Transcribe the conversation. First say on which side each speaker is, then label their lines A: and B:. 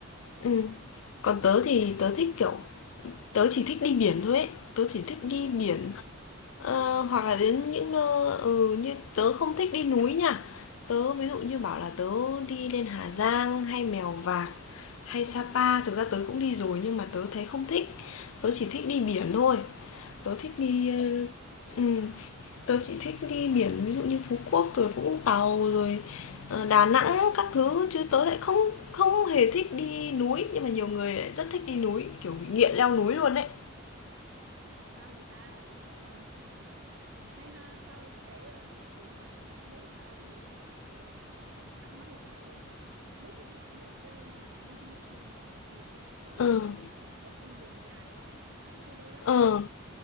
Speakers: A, on the left; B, on the right.
A: ừm. Còn tớ thì tớ thích, kiểu, tớ chỉ thích đi biển thôi ấy, tớ chỉ thích
B: À,
A: đi biển Ờ, hoặc là đến những nơi ừ, như tớ không thích đi núi nha. Tớ ví dụ như bảo là tớ đi lên Hà Giang hay Mèo Vạc hay Sapa, thực ra tớ cũng đi rồi nhưng mà tớ thấy không thích. Tớ chỉ thích đi biển thôi.
B: ồ,
A: Tớ
B: hay
A: thích đi
B: nha.
A: ờ,
B: Ừ.
A: ừ, tớ chỉ thích đi biển ví dụ như Phú Quốc rồi Vũng Tàu rồi ờ, Đà Nẵng các thứ chứ tớ lại không không hề thích đi núi nhưng mà nhiều người lại rất thích đi núi, kiểu bị nghiện leo núi luôn đấy.
B: Sao vậy ta? Ừ, ờ, ờ, hay ha, sao có thể là thích đi biển mà không thích đi núi? Tớ thì, thì ờ, ngược lại, à, không phải ngược lại gì mà núi biển gì cũng ok nhưng mà sẽ nghiêng núi nhiều hơn, đặc biệt là mấy cái
A: Ừ.
B: cái dạng mà là trekking đường dài á, tớ hay đi lắm.
A: Ừ.